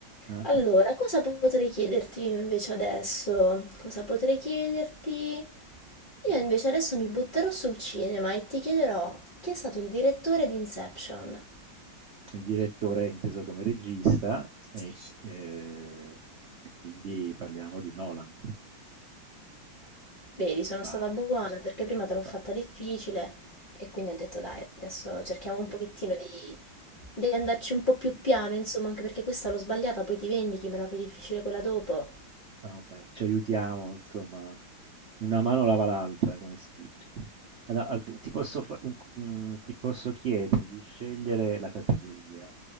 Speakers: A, on the right (about 80°); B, on the left (about 40°).
A: Eh?
B: Allora, cosa potrei chiederti io invece adesso? Cosa potrei chiederti? Io invece adesso mi butterò sul cinema e ti chiederò chi è stato il direttore di Inception.
A: Il direttore è inteso come regista e
B: Sì.
A: ehm, e quindi parliamo di Nolan.
B: Vedi, sono
A: Vai,
B: stata buona
A: e vai,
B: perché prima
A: ce l'ho
B: te l'ho
A: fatta.
B: fatta difficile e quindi ho detto dai, adesso cerchiamo un pochettino di, di andarci un po' più piano, insomma, anche perché questa l'ho sbagliata, poi ti vendichi, me la fai difficile quella dopo.
A: Vabbè, ci aiutiamo, insomma, una mano lava l'altra, come si dice. Allora, al- ti posso, fa- mm, ti posso chiedere di scegliere la categoria,